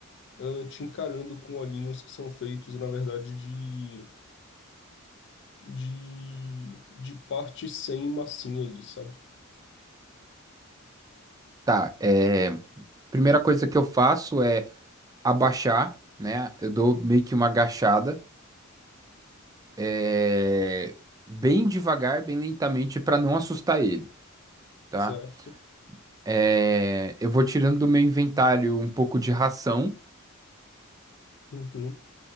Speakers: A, on the left; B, on the right.
A: ah, te encarando com olhinhos que são feitos, na verdade, de, de, de parte sem massinha ali, sabe?
B: Tá, é... Primeira coisa que eu faço é abaixar, né? Eu dou meio que uma agachada, é, bem devagar, bem lentamente, para não assustar ele,
A: Certo?
B: tá? É, eu vou tirando do meu inventário um pouco de ração
A: Uhum.